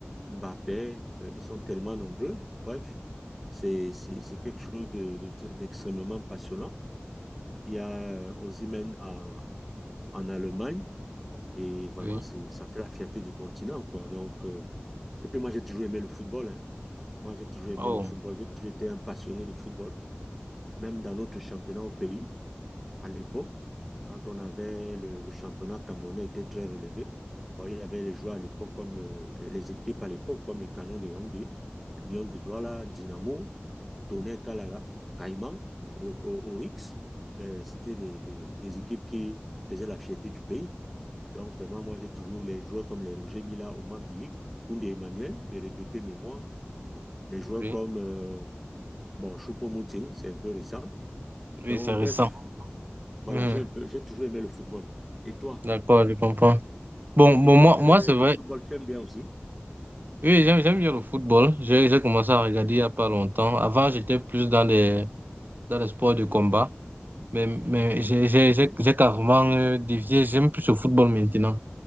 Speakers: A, in the centre; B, on the right.
A: Mbappé, euh, ils sont tellement nombreux. Bref, c'est c'est- c'est quelque chose de, de tr- d'extrêmement passionnant. Il y a euh, Osimhen en en Allemagne et vraiment,
B: oui.
A: c'est, ça fait la fierté du continent, quoi. Donc, euh, et puis moi, j'ai toujours aimé le football. hein. Moi, j'ai toujours aimé
B: Oh,
A: le football. J'ai toujours été un passionné de football. Même dans notre championnat au pays, à l'époque, quand on avait le, le championnat camerounais était très relevé. Bon, il y avait les joueurs à l'époque comme le- les, les équipes à l'époque comme le Canon de Yaoundé, l'Union de Douala, Dynamo, Tonnerre Kalara, Caïman, O- O- Oryx. Ben, c'était des, des- des équipes qui faisaient la fierté du pays. Donc vraiment, moi, j'ai toujours les joueurs comme les Roger Mila, Oman Biik, Koundé Emmanuel, de regretter mémoire les joueurs
B: oui.
A: comme euh, bon, Choupo-Moting, c'est un peu récent. Donc,
B: Oui, c'est récent.
A: bref, voilà,
B: Mhm,
A: j'ai un peu, j'ai toujours aimé le football. Et toi?
B: D'accord, je comprends. Bon,
A: Et,
B: bon,
A: et toi,
B: moi,
A: quel
B: moi,
A: est
B: c'est vrai.
A: le football que tu aimes bien aussi?
B: Oui, j'aime, j'aime bien le football. J'ai, j'ai commencé à regarder il n'y a pas longtemps. Avant, j'étais plus dans des, dans les sports de combat. Mais, mais j'ai j'ai-
A: Ok,
B: j'ai- j'ai carrément euh, dévié. J'aime plus le football maintenant.